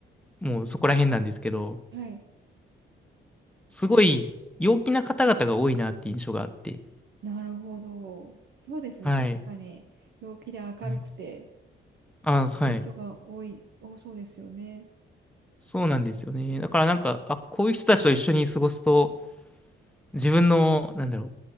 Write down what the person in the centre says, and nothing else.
もうそこら辺なんですけど、
すごい陽気な方々が多いなって印象があって、
はい。
はいああ、はい。
そうなんですよね。だからなんか、あ、こういう人たちと一緒に過ごすと、自分の、なんだろう、